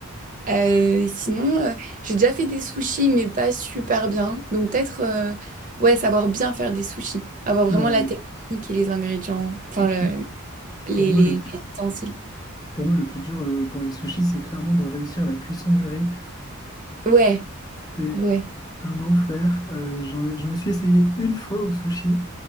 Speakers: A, on the right; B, on the left.
A: Euh, sinon, euh, j'ai déjà fait des sushis, mais pas super bien. Donc peut-être, euh, ouais, savoir bien faire des sushis. Avoir vraiment
B: Euh,
A: la technique et les ingrédients, enfin
B: le-
A: le-
B: le-
A: les,
B: pour moi,
A: les,
B: le plus,
A: les ustensiles.
B: pour moi, le plus dur euh, pour les sushis, c'est clairement de réussir la cuisson du riz.
A: Ouais,
B: C'est
A: ouais.
B: un enfer. Euh, j'en ai- je me suis essayé une fois au sushi